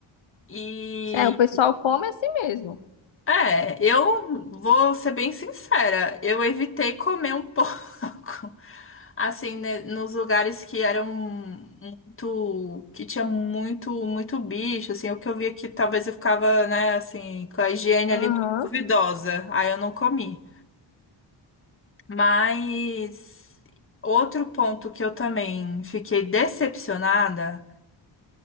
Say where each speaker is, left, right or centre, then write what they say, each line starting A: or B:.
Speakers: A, on the left (about 25°); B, on the left (about 75°).
A: E
B: É, o pessoal come assim mesmo.
A: é, eu vou ser bem sincera, eu evitei comer um <laughs> pouco, assim, né, nos lugares que eram muito, que tinha muito, muito bicho, assim, o que eu via que talvez eu ficava, né, assim, com a higiene
B: Aham,
A: ali meio duvidosa. Aí eu não comi. Mas outro ponto que eu também fiquei decepcionada